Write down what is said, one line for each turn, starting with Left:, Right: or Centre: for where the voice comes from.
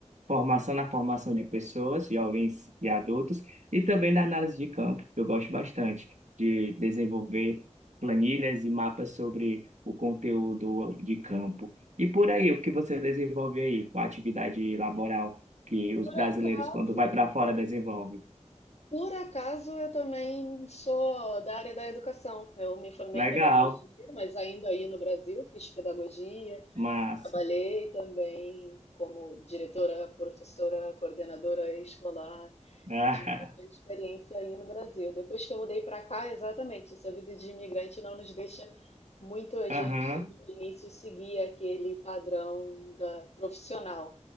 Right: Formação na formação de pessoas, jovens e adultos, e também na análise de campo. Eu gosto bastante de desenvolver planilhas e mapas sobre o conteúdo de campo. E por aí, o que você desenvolve aí com a atividade laboral que
Left: Por
Right: os brasileiros,
Left: acaso,
Right: quando vai para fora, desenvolvem?
Left: por acaso eu também sou da área da educação. Eu me formei
Right: Legal,
Left: em pedagogia, mas ainda aí no Brasil fiz pedagogia,
Right: massa.
Left: Trabalhei também como diretora, professora, coordenadora escolar
Right: <laughs>
Left: e tive bastante experiência aí no Brasil. Depois que eu mudei para cá, exatamente, essa vida de imigrante não nos deixa muito a
Right: Aham,
Left: gente no início seguir aquele padrão da profissional.